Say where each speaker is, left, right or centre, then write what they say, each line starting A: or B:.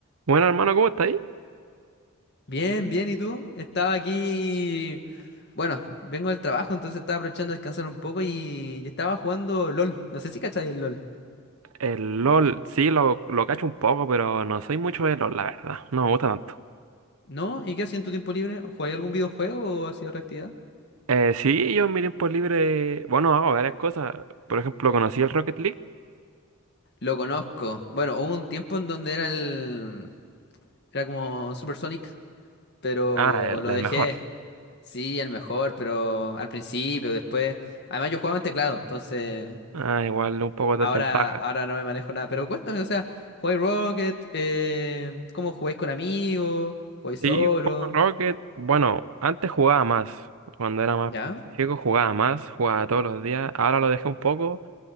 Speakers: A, on the right; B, on the left.
A: Bueno, hermano, ¿cómo está ahí?
B: Bien, bien, ¿y tú? Estaba aquí, bueno, vengo del trabajo, entonces estaba aprovechando de descansar un poco y, y estaba jugando LOL. No sé si cacháis el LOL.
A: El LOL, sí, lo, lo cacho un poco, pero no soy mucho de LOL, la verdad. No me gusta tanto.
B: ¿No? ¿Y qué hacías en tu tiempo libre? ¿Jugáis algún videojuego o hacías otra actividad?
A: Eh, sí, yo en mi tiempo libre, bueno, hago varias cosas. Por ejemplo, conocí el Rocket League.
B: Lo conozco. Bueno, hubo un tiempo en donde era el... Era como Super Sonic, pero
A: Ah, el,
B: lo
A: el
B: dejé.
A: mejor.
B: Sí, el mejor, pero al principio, después... Además yo jugaba en teclado, entonces...
A: Ah, igual un poco de
B: Ahora,
A: desventaja.
B: ahora no me manejo nada, pero cuéntame, o sea, ¿jugáis Rocket? Eh, ¿cómo jugáis con amigos? ¿Jugáis
A: Sí,
B: solo?
A: juego Rocket. Bueno, antes jugaba más. Cuando era más
B: ¿Ya?
A: chico jugaba más, jugaba todos los días. Ahora lo dejé un poco